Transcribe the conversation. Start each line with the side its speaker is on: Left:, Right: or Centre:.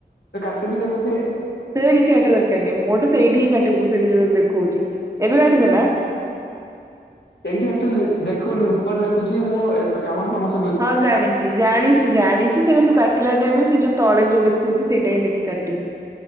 Left: ତ କାଷି ବି କେମିତି ଏ?
Right: ସେ ଗୁରା କିଛି କାଟିବା ଦକାର ନାହିଁ ମୋଟେ ସେଇଠି ହିଁ କାଟିବୁ ସେଇଠି ଯଉ ଦେଖଉଛି। ଏବେ କାଟିଦେଲା।
Left: ସେଇଠି ଆଚୁଆଲି ଦେଖେଉନି ଉପରେ ଲେଖୁଛି ମୁଁ ଏ କାମ ଟା ସମସ୍ତ
Right: ହଁ ଜାଣିଛି। ଜାଣିଛି ଜାଣିଛି ସେଇଟା ତୁ କାଟିଲା ଟାଇମି ରେ ସେ ଯୋଉ ତଳେ ଯୋଉ ଦେଖଉଛି ସେଇଟା ହିଁ ଦେଖି କାଟିବୁ।